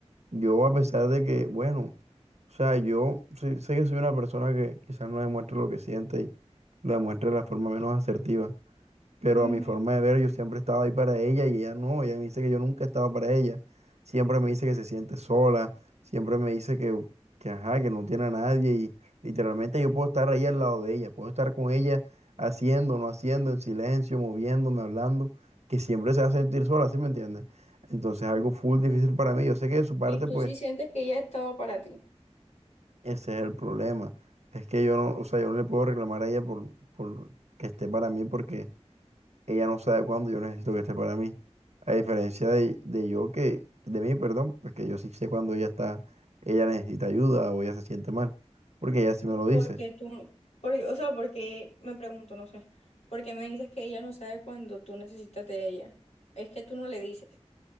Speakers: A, on the right; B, on the left.
A: Yo a pesar de que, bueno, o sea, yo sí- sé que soy una persona que quizás no demuestre lo que siente y lo demuestre de la forma menos asertiva, pero
B: Ujú.
A: a mi forma de ver, yo siempre estaba ahí para ella y ella no, ella me dice que yo nunca estaba para ella. Siempre me dice que se siente sola, siempre me dice que, que ajá, que no tiene a nadie y literalmente yo puedo estar ahí al lado de ella, puedo estar con ella haciendo, no haciendo, en silencio, moviéndome, hablando, que siempre se va a sentir sola, ¿sí me entiendes? Entonces algo full difícil para mí. Yo sé que de su parte,
B: Y tú
A: pues,
B: sí sientes que ella ha estado para ti.
A: ese es el problema. Es que yo no, o sea, yo no le puedo reclamar a ella por, por que esté para mí porque ella no sabe cuándo yo necesito que esté para mí. A diferencia de, de yo que, de mí, perdón, pues que yo sí sé cuándo ella está, ella necesita ayuda o ella se siente mal, porque ella sí me lo dice.
B: Porque tú, por- o sea, porque me pregunto, no sé, porque me dices que ella no sabe cuando tú necesitas de ella. Es que tú no le dices.